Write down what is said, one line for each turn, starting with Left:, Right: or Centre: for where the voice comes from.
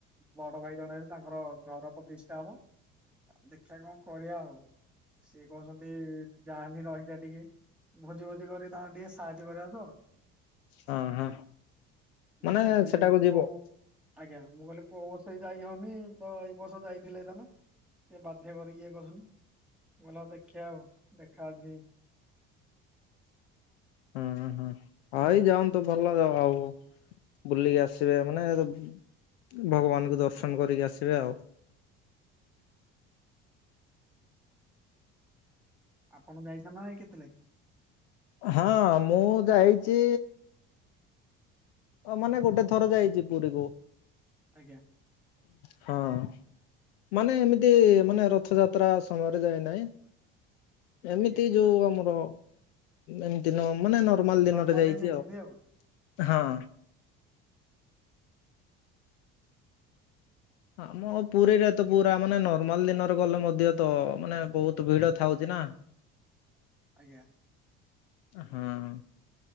Centre: ବଡ଼ ଭାଇ ଜଣେ ହେବେ ତାଙ୍କର ଘର ପ୍ରତିଷ୍ଠା ହବ। ଦେଖିବା କଣ କରିବା ଆଉ। ସିଏ କହୁଛନ୍ତି ଯାଆନି ରହିଯା ଟିକେ। ଭୋଜି - ଫୋଜି କରିବେ ତାଙ୍କର ଟିକେ ସାହାଯ୍ୟ କରିବାକୁ ତ।
Left: ହଁ- ହଁ
Centre: ମୁଁ
Left: ମାନେ
Centre: କହିଲି
Left: ସେଟାକୁ
Centre: କୋଉ
Left: ଯିବ।
Centre: ଆଜ୍ଞା, ମୁଁ କହିଲି କୋଉ ବର୍ଷ ଯାଇ ହଉନି ତ ଏଇ ବର୍ଷ ଯାଇଥିଲେ ହେଇ ଥାଆନ୍ତା। ସେ ବାଧ୍ୟ କରିକିଇଏ କରୁଛନ୍ତି। ମୁଁ ହଁ କହିଲି ଦେଖିବା ଆଉ ଦେଖା। <unintelligible>
Left: ହଁ ହଁ। <unintelligible> ବୁଲିକି ଆସିବେ ମାନେ ଭଗବାନଙ୍କୁ ଦର୍ଶନ କରିକି ଆସିବେ ଆଉ।
Centre: ଆପଣ ଯାଇଛନ୍ତି ନା ନାଇଁ? <unintelligible>
Left: ହଁ ମୁଁ ଯାଇଛି ଅ ମାନେ ଗୋଟେ ଥର ଯାଇଛି ପୁରୀକୁ।
Centre: ଆଜ୍ଞା
Left: ହଁ ମାନେ ଏମିତି ମାନେ ରଥଯାତ୍ରା ସମୟରେ ଯାଇ ନାହିଁ। ଏମିତି
Centre: ଆଜ୍ଞା
Left: ଯୋଉ ଆମର ଏମିତି ନ ମାନେ ନର୍ମ ନର୍ମାଲ
Centre: ନର୍ମାଲରେ
Left: ଦିନରେ ଯାଇଛି
Centre: ଯାଇଛନ୍ତି
Left: ଆଉ। ହଁ ଆମ ପୁରୀରେ ତ ପୁରା ମାନେ ନର୍ମାଲ ଦିନରେ ଗଲେ ମଧ୍ୟ ତ ମାନେ ବହୁତ ଭିଡ଼ ଥାଉଛି ନା।
Centre: ଆଜ୍ଞା
Left: ହଁ